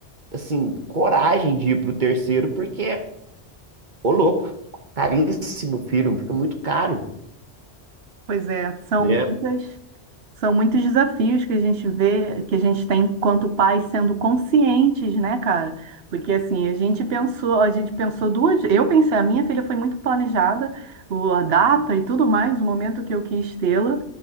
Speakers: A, on the right (about 45°); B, on the right (about 65°).
A: assim, coragem de ir pro terceiro porque, ô louco, caríssimo filho, fica muito caro.
B: Pois é, são
A: né?
B: muitas. São muitos desafios que a gente vê, que a gente tem enquanto pais sendo conscientes, né, cara? Porque assim, a gente pensou, a gente pensou duas, eu pensei, a minha filha foi muito planejada, o- a data e tudo mais, o momento que eu quis tê-la.